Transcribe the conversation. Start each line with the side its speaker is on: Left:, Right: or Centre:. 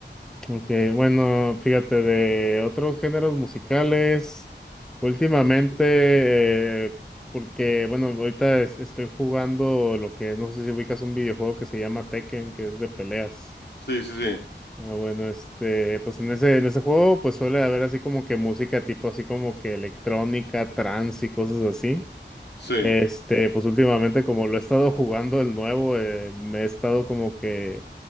Centre: Ok, bueno, fíjate, de otros géneros musicales, últimamente, eh, porque, bueno, ahorita es- estoy jugando lo que, no sé si ubicas un videojuego que se llama Tekken, que es de peleas.
Left: Sí, sí, sí,
Centre: Ah, bueno, este, pues en ese, en ese juego, pues suele haber así como que música tipo así como que electrónica, trance y cosas así.
Left: sí.
Centre: Este, pues últimamente como lo he estado jugando el nuevo, eh, me he estado como que